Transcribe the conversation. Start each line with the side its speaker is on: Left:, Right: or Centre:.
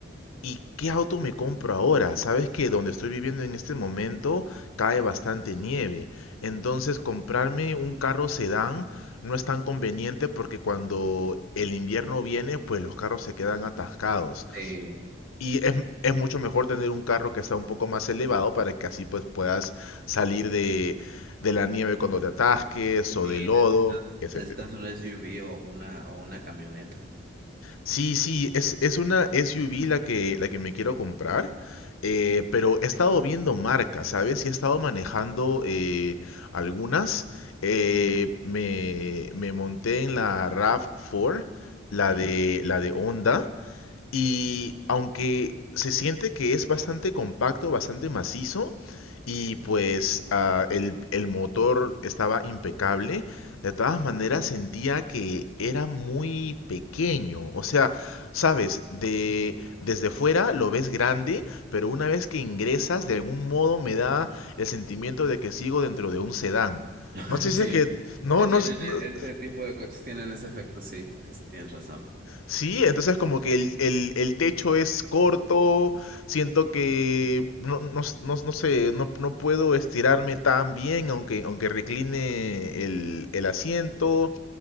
Left: ¿y qué auto me compro ahora? Sabes que donde estoy viviendo en este momento cae bastante nieve, entonces comprarme un carro sedán no es tan conveniente porque cuando el invierno viene, pues los carros se quedan atascados.
Right: Sí,
Left: Y es, es mucho mejor tener un carro que está un poco más elevado para que así pues puedas salir de, de la nieve cuando te atasques o
Right: sí,
Left: de lodo,
Right: neces-
Left: etc.
Right: necesitas un SUV o una, o una camioneta.
Left: Sí, sí, es, es una SUV la que, la que me quiero comprar, eh, pero he estado viendo marcas, ¿sabes? Y he estado manejando eh, algunas. Eh, me, me monté en la RAV4, la
Right: Mm,
Left: de, la de Honda, y aunque se siente que es bastante compacto, bastante macizo, y pues ah, el, el motor estaba impecable, de todas maneras sentía que era muy pequeño. O sea, sabes, de, desde fuera lo ves grande, pero una vez que ingresas, de algún modo me da el sentimiento de que sigo dentro de un sedán.
Right: <laughs>
Left: No sé si
Right: Sí,
Left: es que... No,
Right: si
Left: no,
Right: tienen
Left: s- no,
Right: e- este tipo de coches, tienen ese efecto, sí, tes- tienes razón.
Left: Sí, entonces como que el, el- el techo es corto, siento que no, no, s- no, no sé, no, no puedo estirarme tan bien aunque, aunque recline el, el asiento,